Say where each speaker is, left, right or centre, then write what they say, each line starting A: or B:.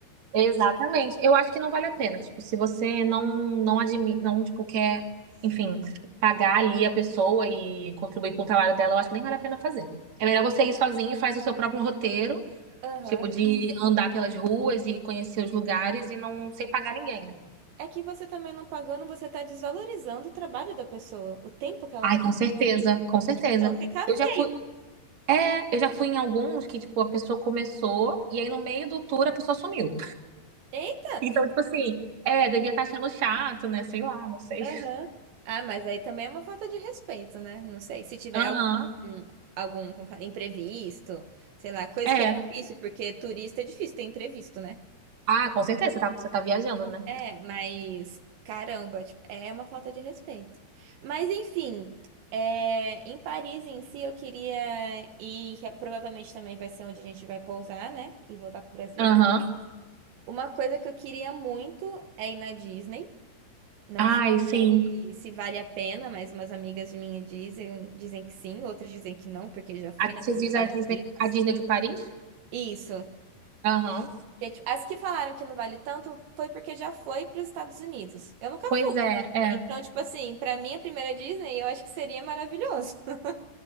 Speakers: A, on the right; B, on the right.
A: Exatamente. Eu acho que não vale a pena. Tipo, se você não não admite, não, tipo, quer, enfim, pagar ali a pessoa e contribuir com o trabalho dela, eu acho que nem vale a pena fazer. É melhor você ir sozinho e faz o seu próprio roteiro,
B: Aham.
A: tipo, de andar pelas ruas e conhecer os lugares e não sem pagar ninguém, né?
B: É que você também não pagando, você tá desvalorizando o trabalho da pessoa, o tempo que ela
A: Ai,
B: ficou
A: com certeza,
B: contigo.
A: com certeza.
B: Então fica
A: Eu
B: feio.
A: já fui, é, eu já fui em alguns que, tipo, a pessoa começou e aí no meio do tour a pessoa sumiu.
B: Eita!
A: Então, tipo assim, é, devia estar achando chato, né? Sei lá, não sei.
B: Aham. Ah, mas aí também é uma falta de respeito, né? Não sei. Se tiver
A: Aham.
B: algum, algum como fala, imprevisto, sei lá, coisa
A: É.
B: que é difícil, porque turista é difícil ter imprevisto, né?
A: Ah, com certeza, você tá, você tá viajando, né?
B: É, mas caramba, tipo, é uma falta de respeito. Mas enfim, é, em Paris em si eu queria ir, que provavelmente também vai ser onde a gente vai pousar, né? E voltar pro Brasil.
A: Aham.
B: depois. Uma coisa que eu queria muito é ir na Disney. Não
A: Ai,
B: sei
A: sim.
B: se, se vale a pena, mas umas amigas de minha dizem, dizem que sim, outras dizem que não, porque já foi
A: A, você
B: nos
A: diz
B: Estados
A: a Disney,
B: Unidos.
A: a Disney de Paris?
B: Isso.
A: Aham.
B: Porque, tipo, As que falaram que não vale tanto foi porque já foi para os Estados Unidos. Eu nunca
A: Pois
B: fui.
A: é, é.
B: Então, tipo assim, pra mim a primeira Disney, eu acho que seria maravilhoso. <laughs>